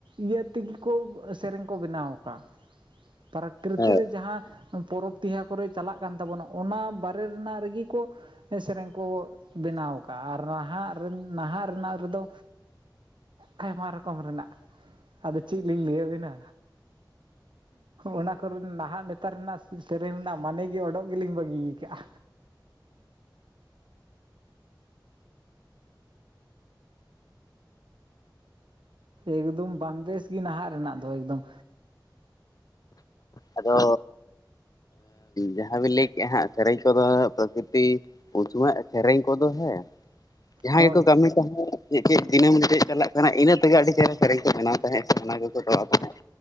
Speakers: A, on the right; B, on the left.
A: ᱤᱭᱟᱹ ᱛᱮᱜᱮ ᱠᱚ ᱥᱮᱨᱮᱧ ᱠᱚ ᱵᱮᱱᱟᱣ ᱟᱠᱟᱜᱼᱟ ᱯᱨᱟᱠᱨᱤᱛᱤ
B: ᱦᱮᱸ
A: ᱨᱮ ᱡᱟᱦᱟᱸ ᱯᱚᱨᱚᱵᱽ ᱛᱮᱭᱦᱟ ᱠᱚᱨᱮ ᱪᱟᱞᱟᱜ ᱠᱟᱱ ᱛᱟᱵᱚᱱᱟ ᱚᱱᱟ ᱵᱟᱨᱮ ᱨᱮᱱᱟᱜ ᱨᱮᱜᱮ ᱠᱚ ᱥᱮᱨᱮᱧ ᱠᱚ ᱵᱮᱱᱟᱣ ᱠᱟᱜᱼᱟ ᱟᱨ ᱱᱟᱦᱟᱜ ᱨᱤᱱ ᱱᱟᱦᱟᱜ ᱨᱮᱱᱟᱜ ᱨᱮᱫᱚ ᱟᱭᱢᱟ ᱨᱚᱠᱚᱢ ᱨᱮᱱᱟᱜ᱾ ᱟᱫᱚ ᱪᱮᱫ ᱞᱤᱧ ᱞᱟᱹᱭ ᱟᱹᱵᱤᱱᱟ? ᱚᱱᱟ ᱠᱚᱨᱮ ᱱᱟᱦᱟᱜ ᱱᱮᱛᱟᱨ ᱨᱮᱱᱟᱜ ᱥᱮᱨᱮᱧ ᱨᱮᱱᱟᱜ ᱢᱟᱱᱮ ᱜᱮ ᱚᱰᱚᱠ ᱜᱮᱞᱤᱧ ᱵᱟᱹᱜᱤᱭᱟ ᱠᱟᱜᱼᱟ᱾ ᱮᱠᱫᱚᱢ ᱵᱟᱝᱵᱮᱥ ᱜᱮ ᱱᱟᱦᱟᱜ ᱨᱮᱱᱟᱜ ᱫᱚ ᱮᱠᱫᱚᱢ᱾
B: ᱟᱫᱚ ᱡᱟᱦᱟᱸ ᱵᱤᱱ ᱞᱟ. ᱭ ᱠᱮᱜᱼᱟ ᱦᱟᱸᱜ ᱥᱮᱨᱮᱧ ᱠᱚᱫᱚ ᱯᱨᱚᱠᱨᱤᱛᱤ ᱩᱱ ᱥᱚᱢᱚᱭ ᱥᱮᱨᱮᱧ ᱠᱚᱫᱚ ᱥᱮ ᱡᱟᱦᱟᱸᱭ
A: ᱦᱳᱭ
B: ᱜᱮᱠᱚ ᱠᱟᱹᱢᱤ ᱛᱟᱦᱮᱸᱫ ᱡᱮᱠᱟᱹᱡ ᱫᱤᱱᱟᱹᱢ ᱜᱮᱯᱮ ᱪᱟᱞᱟᱜ ᱠᱟᱱᱟ ᱤᱱᱟᱹ ᱛᱮᱜᱮ ᱟᱹᱰᱤ ᱪᱮᱦᱨᱟ ᱥᱮᱨᱮᱧ ᱠᱚ ᱵᱮᱱᱟᱣ ᱛᱟᱦᱮᱸᱫ ᱚᱱᱟ ᱜᱮᱠᱚ ᱛᱚᱨᱟᱣ ᱛᱟᱦᱮᱸᱫ᱾